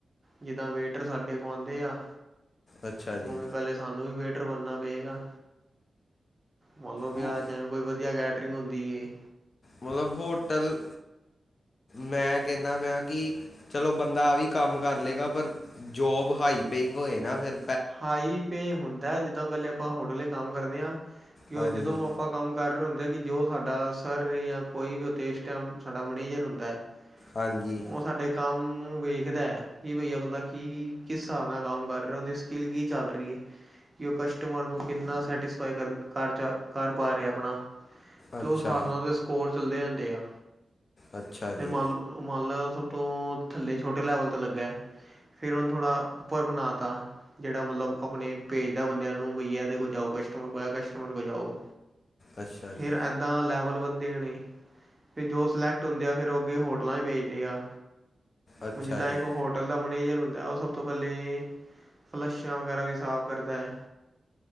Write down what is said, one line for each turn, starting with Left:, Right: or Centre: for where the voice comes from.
Right: ਜਿੱਦਾਂ ਵੇਟਰ ਸਾਡੇ ਕੋਲ ਆਂਦੇ ਆ।
Left: ਅੱਛਾ
Right: ਉਵੇਂ
Left: ਜੀ।
Right: ਪਹਿਲੇ ਸਾਨੂੰ ਵੀ ਵੇਟਰ ਬਣਨਾ ਪਏਗਾ, ਮਲਬ ਕੀ
Left: ਮ-
Right: ਆਂ ਜੇਵੇਂ ਕੋਈ ਵਧੀਆ ਗ ਟਰਿੰਗ ਹੁੰਦੀ ਏ।
Left: ਮਲਬ ਹੋਟਲ ਮੈਂ ਕੇਨਾਂ ਪਿਆਂ ਕਿ ਚਲੋ ਬੰਦਾ ਆ ਵੀ ਕੰਮ ਕਰ ਲੇਗਾ ਪਰ ਜੋਬ ਹਾਈ ਪੇਇੰਗ ਹੋਏ ਨਾ ਫੇਰ
Right: ਹਾਈ ਪੇ ਹੁੰਦਾ ਜਿੱਦਾਂ ਪੈਲੇ ਆਪਾਂ ਹੋਟਲ ਏੱਚ ਕੰਮ ਕਰਨੇ ਆਂ ਕਿ
Left: ਹਾਂਜੀ
Right: ਓ ਜਦੋਂ ਆ ਪਾਂ ਕੰਮ ਕਰ ਰਏ ਹੁੰਦੇ ਐ ਕਿ ਜੋ ਸਾਡਾ ਸਰ ਯਾਂ ਕੋਈ ਵੀ ਓਥੇ ਇਸ ਟੈਮ ਸਾਡਾ ਮੈਨੇਜਰ ਹੁੰਦੈ <inaudible>
Left: ਹਾਂਜੀ।
Right: ਓ ਸਾਡੇ ਕੰਮ ਨੂੰ ਵੇਖਦੈ ਕਿ ਬਈ ਐ ਬੰਦਾ ਕੀ, ਕਿਸ ਸਾਬ ਨਾਲ ਕੰਮ ਕਰ ਰਿਐ, ਓਦੀ ਸਕਿਲ ਕੀ ਚੱਲ ਰੀਂ ਏ। ਕਿ ਓ ਕਸਟਮਰ ਨੂੰ ਕਿੰਨਾ ਸੈਟਿਸਫਾਈ ਕਰਨ, ਕਰ ਚ ਕਰ ਪਾ ਰਿਐ, ਆਪਣਾ ਤੇ
Left: ਅੱਛਾ
Right: ਓਸ ਸਾਬ ਨਾਲ ਤੇ ਸਕੋਰ ਚੱਲਦੇ ਰੈਂਦੇ ਆ।
Left: ਅੱਛਾ
Right: ਫੇਰ
Left: ਜੀ
Right: ਮੰਨ ਲੋ ਓ ਮੰਨ ਲੈ ਸਭ ਤੋਂ ਥੱਲੇ ਛੋਟੇ ਲੈਵਲ ਤੇ ਲੱਗੈ ਫੇਰ ਓਨੂੰ ਥੋੜਾ ਉੱਪਰ ਬਨਾ ਤਾ ਜੜਾ ਮਤਲਬ ਆਪਣੇ ਭੇਜਦਾ ਬੰਦਿਆਂ ਨੂੰ ਬਈ ਐਦੇ ਕੋਲ ਜਾਓ, ਕਸਟਮਰ ਕੋਈ ਆਇਐ, ਕਸਟਮਰ ਕੋਲ ਜਾਓ।
Left: ਅੱਛਾ
Right: ਫੇਰ
Left: ਜੀ
Right: ਅਗ ਦਾ ਲੈਵਲ ਵੱਧਦੇ ਨੀ। ਫੇਰ ਜੋ ਸਿਲੈਕਟ ਹੁੰਦੇ ਆ, ਫੇਰ ਓ ਅੱਗੇ ਹੋਟਲਾਂ 'ਚ ਭੇਜਦੇ ਆ।
Left: ਅੱਛਾ
Right: ਹੁਨ ਜਿੱਦਾਂ
Left: ਜੀ
Right: ਇੱਕ ਹੋਟਲ ਦਾ ਮੈਨੇਜਰ ਹੁੰਦੈ, ਓ ਸਭ ਤੋਂ ਪੈਲੇ ਫਲੱਸ਼ਾਂ ਵਗੈਰਾ ਵੀ ਸਾਫ਼ ਕਰਦੈ।